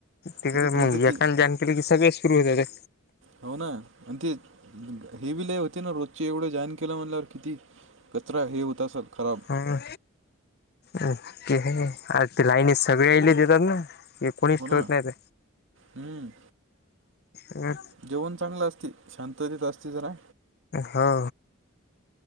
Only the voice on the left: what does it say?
तिकडे
मुल का जान केलं की सगळे सुरू होतात.
हम आ ते लाईणीत सगळे आयले देतात ना. एक कोणीच
ठेवत नाही ते.
ह.
हा.